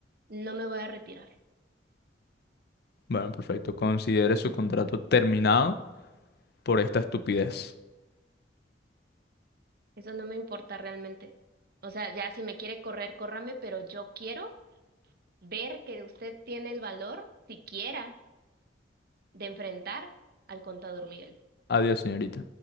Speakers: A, on the right (about 55°); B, on the left (about 60°).
A: No me voy a retirar.
B: Bueno, perfecto. Considere su contrato terminado por esta estupidez.
A: Eso no me importa realmente. O sea, ya si me quiere correr, córrame, pero yo quiero ver que usted tiene el valor, siquiera, de enfrentar al contador Miguel.
B: Adiós, señorita.